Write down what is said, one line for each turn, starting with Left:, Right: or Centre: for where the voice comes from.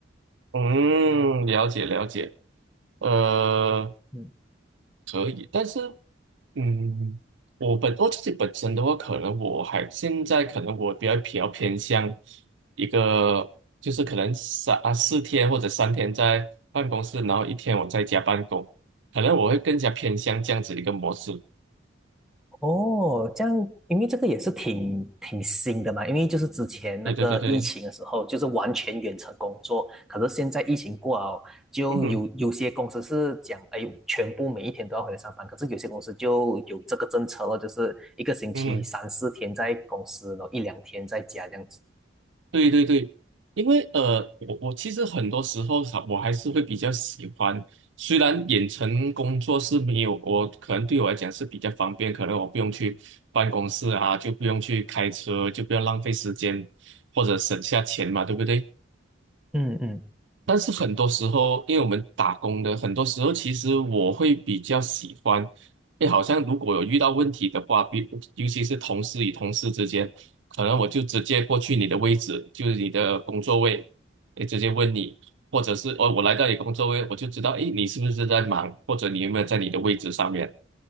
Right: 嗯，了解了解，呃，
Centre: 嗯
Right: 可以，但是。嗯，我本我自己本身的话，可能我还现在可能我比较比较偏向一个，就是可能三啊四天或者三天在办公室，然后一天我在家办公，可能我会更加偏向这样子一个模式。
Centre: 哦，这样，因为这个也是挺挺新的嘛，因为就是之前那个疫情的时候，
Right: 对对对对，
Centre: 就是完全远程工作，可是现在疫情过了，就有有些公司是讲，
Right: 嗯哼
Centre: 哎，全部每一天都要回来上班，可是有些公司就有这个政策了，就是一个星期三四天在公司，
Right: 嗯哼。
Centre: 然后一两天在家这样子。
Right: 对对对，因为呃，我我其实很多时候哈我还是会比较喜欢，虽然远程工作是没有，我可能对我来讲是比较方便，可能我不用去办公室啊，就不用去开车，就不要浪费时间或者省下钱嘛，对不对？
Centre: 嗯嗯
Right: 但是很多时候，因为我们打工的，很多时候其实我会比较喜欢，哎，好像如果有遇到问题的话，比尤其是同事与同事之间，可能我就直接过去你的位置，就是你的工作位，哎，直接问你，或者是哦，我来到你工作位，我就知道，哎，你是不是在忙，或者你有没有在你的位置上面，